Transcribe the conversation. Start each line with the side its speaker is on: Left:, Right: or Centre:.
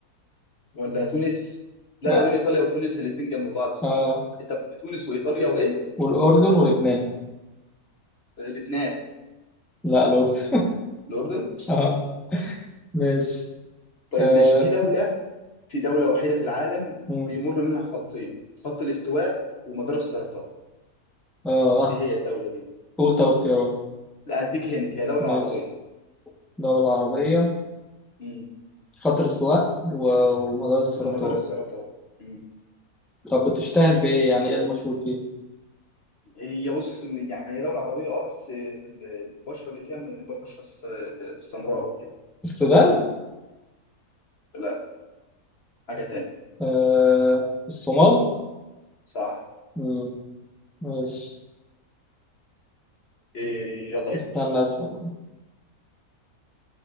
Left: ولا تونس لا
Centre: لا
Left: ده بين إيطاليا وتونس الاتنين جنب بعض صح
Centre: آه
Left: أنت في تونس وإيطاليا وإيه
Centre: والأردن ولبنان
Left: الاتنين
Centre: لا الأردن
Left: الأردن
Centre: <laughs> آه ماشي
Left: طيب
Centre: آه
Left: ماشي في دولة في دولة وحيدة في العالم
Centre: مم.
Left: بيمر منها خطين خط الاستواء ومدار السرطان
Centre: آه
Left: إيه هي الدولة دي
Centre: قول طب اختيارات
Left: لا هديك هنت هي دولة
Centre: ماشي
Left: عربية
Centre: دولة عربية
Left: امم
Centre: خط الاستواء و... ومدار السرطان
Left: ومدار السرطان امم
Centre: طب بتشتهر بإيه يعني إيه المشهور فيه
Left: هي بص يعني هي دولة عربية اه بس ال- البشرة اللي فيها من البشرة الس- السمراء وكده
Centre: السودان
Left: لا حاجة تانية
Centre: آه الصومال
Left: صح
Centre: مم. ماشي
Left: إيه يلا
Centre: استنى
Left: اسأل
Centre: أسأل